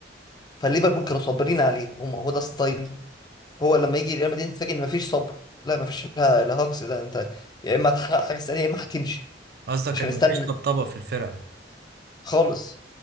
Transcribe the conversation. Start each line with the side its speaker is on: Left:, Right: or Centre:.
Left: فليفربول كانوا صابرين عليه هم هو ده ستايلهم هو لما يجي ريال مدريد تتفاجئ ان مفيش صبر لا مفيش لا لا هاكس ده انت يا اما هتحقق حاجه سريعه يا اما هتمشي
Right: قصدك
Left: مش
Right: ان
Left: هنستنى
Right: مفيش طبطبة في الفرقة
Left: خالص